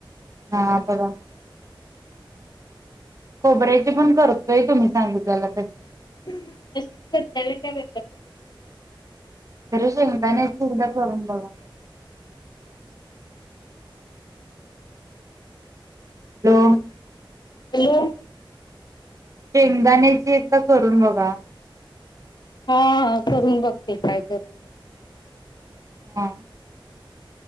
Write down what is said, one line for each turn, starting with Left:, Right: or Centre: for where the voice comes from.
Right: हा बरं. खोबऱ्याचे पण करतोय तुम्ही सांगितलेलं त
Left: तशीच करता व्हय, त्या वेगळ्या पद्धतीनुसार
Right: <unintelligible> हॅलो
Left: हॅलो
Right: शेंगदाण्याची एकदा करून बघा.
Left: हां हां करून बघते, ट्राय करून बघते.
Right: हम्म